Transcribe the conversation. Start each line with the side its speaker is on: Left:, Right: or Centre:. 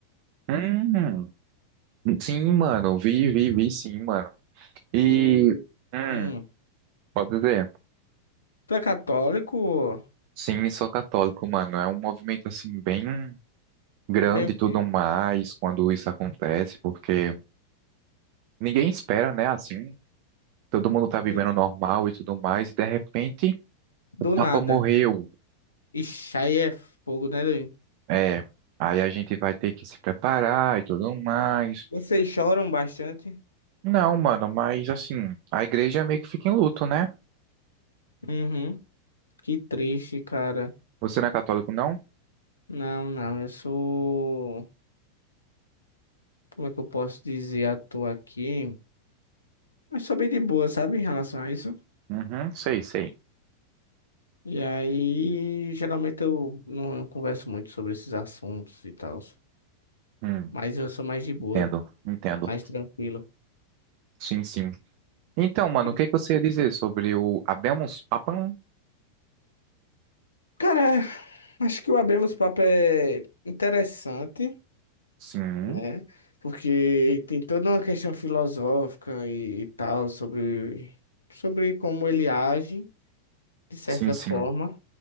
Right: hum. Sim, mano, vi, vi, vi, sim, mano. E,
Left: tu,
Right: hum,
Left: hum,
Right: pode dizer,
Left: tu é católico?
Right: sim, sou católico, mano. É um movimento, assim, bem grande
Left: Bem o quê?
Right: e tudo mais quando isso acontece, porque ninguém espera, né, assim. Todo mundo tá
Left: Hum,
Right: vivendo normal e tudo mais, e de repente
Left: Do
Right: o Papa
Left: nada.
Right: morreu.
Left: Ixi, aí é fogo, né, doido?
Right: É, aí a gente vai ter que se preparar e tudo mais.
Left: Vocês choram bastante?
Right: Não, mano, mas assim, a igreja meio que fica em luto, né?
Left: Uhum, que triste, cara.
Right: Você não é católico, não?
Left: Não, não, eu sou, como é que eu posso dizer à toa aqui? Eu sou bem de boa, sabe, em relação a isso.
Right: Uhum, sei, sei.
Left: E aí, geralmente eu não eu converso muito sobre esses assuntos e tal.
Right: Hum,
Left: Mas eu sou mais de boa,
Right: entendo, entendo.
Left: mais tranquilo.
Right: Sim, sim. Então, mano,
Left: E,
Right: o que que você ia dizer sobre o Habemus Papam?
Left: cara, acho que o Abemos Papo é interessante,
Right: Sim,
Left: né? Porque tem toda uma questão filosófica e, e tal sobre, sobre como ele age, de certa
Right: sim, sim,
Left: forma.